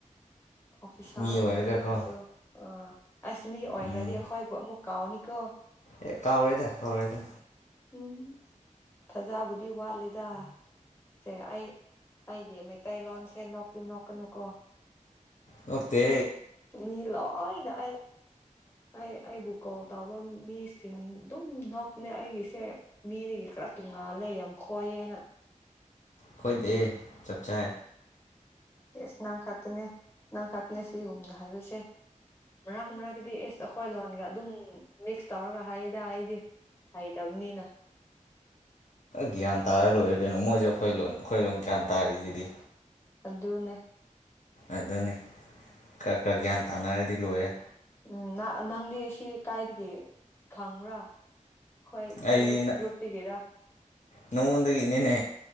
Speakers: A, on the left; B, on the left.
A: ꯑꯣꯐꯤꯁꯥꯔ
B: ꯃꯤ ꯑꯣꯏꯔꯒꯀꯣ
A: ꯑꯣꯏꯅꯤꯡꯉꯁꯨ ꯑꯥ ꯑꯁ ꯃꯤ ꯑꯣꯏꯈ꯭ꯔꯗꯤ
B: ꯎꯝ
A: ꯑꯩꯈꯣꯏꯕꯨ ꯑꯃꯨꯛ ꯀꯥꯎꯅꯤ ꯀꯣ
B: ꯑꯦ ꯀꯥꯎꯣꯏꯗ ꯀꯥꯎꯣꯏꯗ
A: ꯎꯝ ꯊꯖꯥꯕꯨꯗꯤ ꯋꯥꯠꯂꯦꯗ ꯁꯦ ꯑꯩ ꯑꯩꯒꯤ ꯃꯩꯇꯩ ꯂꯣꯟꯁꯦ ꯅꯣꯛꯇꯤ ꯅꯣꯛꯀꯥꯅꯨ ꯀꯣ
B: ꯑꯣꯛꯇ
A: ꯃꯤ ꯂꯣꯏꯅ ꯑꯩ ꯑꯩ ꯑꯩꯕꯨ ꯀꯣꯜ ꯇꯕ ꯃꯤꯁꯤꯡ ꯑꯗꯨꯝ ꯅꯣꯛꯅꯦ ꯑꯩꯒꯤꯁꯦ ꯃꯤꯗꯒꯤ ꯈꯔ ꯇꯨꯡꯉꯥꯜꯂꯦ ꯌꯥꯝ ꯈꯣꯏꯌꯦꯅ
B: ꯈꯣꯏꯗꯦ ꯆꯞ ꯆꯥ
A: ꯑꯦꯁ ꯅꯪ ꯈꯛꯇꯅꯦ ꯅꯪ ꯈꯛꯇꯅꯦ ꯁꯤꯒꯨꯝꯅ ꯍꯥꯏꯕꯁꯦ ꯃꯔꯛ ꯃꯔꯛꯀꯗꯤ ꯑꯦꯁ ꯑꯩꯈꯣꯏ ꯂꯣꯟꯒ ꯑꯗꯨꯝ ꯃꯤꯛꯁ ꯇꯧꯔꯒ ꯍꯥꯏꯌꯦꯗ ꯑꯩꯗꯤ ꯍꯩꯇꯕꯅꯤꯅ
B: ꯒ꯭ꯌꯥꯟ ꯇꯥꯔ ꯂꯣꯏꯔꯦ ꯀꯩꯅꯣ ꯃꯣꯏꯁꯨ ꯑꯩꯈꯣꯏ ꯂꯣꯟ ꯑꯩꯈꯣꯏ ꯂꯣꯟ ꯒ꯭ꯌꯥꯟ ꯇꯥꯔꯤꯁꯤꯗꯤ
A: ꯑꯗꯟꯅꯦ
B: ꯑꯗꯨꯅꯤ ꯈꯔ ꯈꯔ ꯒ꯭ꯌꯥꯟ ꯇꯥꯅꯔꯗꯤ ꯂꯣꯏꯔꯦ
A: ꯎꯝ ꯅꯪꯗꯤ ꯁꯤ ꯀꯥꯏꯗꯒꯤ ꯈꯪꯕ꯭ꯔꯥ ꯑꯩꯈꯣꯏ
B: ꯑꯩꯗꯤ
A: ꯀꯣꯂꯦꯖ ꯒ꯭ꯔꯨꯞꯇꯒꯤꯔ
B: ꯅꯉꯣꯟꯗꯒꯤꯅꯤꯅꯦ